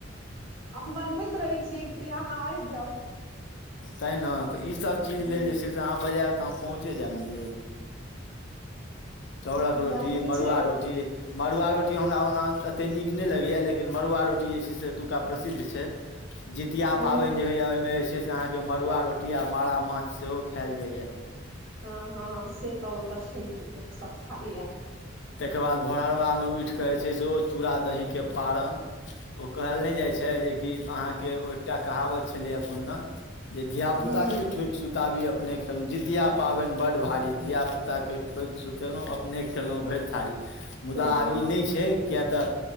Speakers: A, on the right (about 80°); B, on the left (about 65°).
A: हम बनबैत रहै छियै कि अहाँ आबि जाउ
B: तैँ ने तऽ इ सब चीज
A: हूँ
B: लेल जे छै से अहाँ बजायब तऽ हम पहुँचे जायब ने ये चाउरक रोटी
A: गर्मी
B: मड़ुआ
A: छै
B: रोटी मड़ुआ रोटी हमरा ओना ते न लगेया लेकिन मरुआ से एतुका प्रसिद्ध छै जितिया
A: ह
B: पाबनि जे होइया ओहिमे जे छै से अहाँ के मड़ुआ रोटी आ मारा माछ सेहो खायल जाइएा
A: हँ हँ से तऽ हो तऽ छै लोक सब खाइए
B: ताहि के बाद भोरलबामे उठि कऽ जे छै से ओ चूड़ा दही के पारण ओ कहल नहि जाइ छै जेकि अहाँ के एकटा कहावत छलै न जे धिया
A: हूँ
B: पुता के ठोक सुताबी अपने खेलहुँ जितिया पाबनि बड्ड भारी धियाापुताके ठोकि सुतेलहुँ अपने खेलहुॅँ भरि खड़ी मुदा
A: हँ
B: आब ई नहि छै किए तऽ